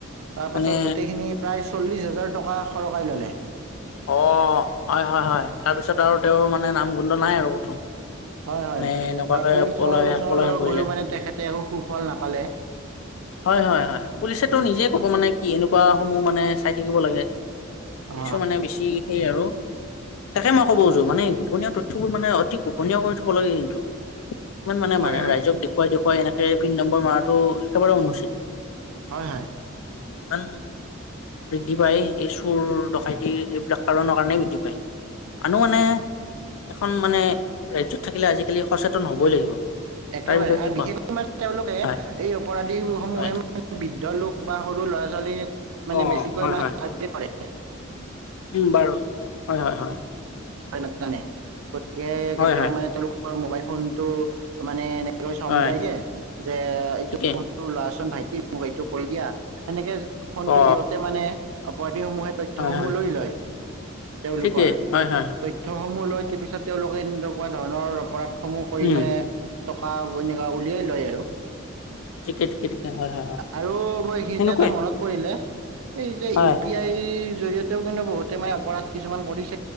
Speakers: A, on the right; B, on the left.
A: তাৰ
B: মানে
A: পাছত গোটেইখিনি প্ৰায় চল্লিশ হাজাৰ টকা সৰকাই ল'লে
B: অ', হয় হয় হয় তাৰপিছত আৰু তেওঁৰ মানে নাম গোন্ধ নাই আৰু কতো
A: হয় হয়
B: মানে এনেকুৱাকে
A: পুলিচৰ
B: পলায়ন
A: ওচৰ
B: পলায়ন কৰিলে।
A: গৈও মানে তেখেতে একো সুফল নাপালে।
B: হয় হয় হয় পুলিচ তো
A: উম
B: নিজেই ক'ব মানে কি এনেকুৱা সমূহ মানে চাই থাকিব লাগে। পুলিছো
A: অ অ
B: মানে বেছি সেই আৰু তাকে মই ক'ব খুজো মানে গোপনীয় তথয়বোৰ মানে অতি গোপনীয় কৰি থ'ব লাগে কিন্তু ইমান মানে
A: হয়
B: মানে
A: হয়
B: ৰাইজক দেখুৱাই দেখুৱাই এনেকে পিন নম্বৰ মৰাটো একেবাৰে অনুচিত।
A: হয় হয়।
B: ইমান বৃদ্ধি পায় এই চুৰ ডকাইতি সেইবিলাক কাৰনৰ কাৰণে বৃদ্ধি পায়। মানুহ মানে এখন মানে ৰাজ্যয়ত থাকিলে আজিকালি সচেতন হবই লাগিব।
A: একেবাৰে
B: তাৰ বিষয়ে
A: আৰু
B: কি কোৱা
A: বিশেষকৈ মানে তেওঁলোকে
B: হয়
A: এই অপৰাধী সমূহে
B: হয়
A: মানে বৃদ্ধ লোক বা সৰু ল'ৰা ছোৱালী মানে
B: অ
A: বেছিকৈ
B: হয়
A: মানে
B: হয়
A: কৰে।
B: উম বাৰু হয় হয় হয়।
A: নাযানে গতিকে
B: হয়
A: কেতিয়াবা
B: হয়
A: মানে তেওঁলোকৰ মোবাইল ফোন টো মানে চমজাই
B: হয়
A: দে যে এইটো
B: ঠিকেই
A: প <unintelligible> ওলাচোন ভাইটি মোক এইটো কৈ দিয়া সেনেকে ফোনটো
B: অ
A: দিওঁতে মানে সমূহে তথ্যসমূহ
B: হয় হয়
A: লৈ লয় তেওঁলোকৰ
B: ঠিকেই হয় হয়
A: তথ্যসমূহ সমূহ লয় তাৰপিছত তেওঁলোকে এনেকুৱা ধৰণৰ অপৰাধসমূহ কৰি
B: উম
A: মানে টকা এনেকুৱা উলিয়াই লয় আৰু
B: ঠিকে ঠিকে ঠিকে হয় হয় হয়
A: আৰু মই এইখিনিতে
B: সেনেকুৱাই
A: এটা মনত পৰিলে এই যে
B: হয়
A: ইউ পি আইৰ জৰিয়তেও কিন্তু বহুতে মানে অপৰাধ কিছুমান কৰিছে।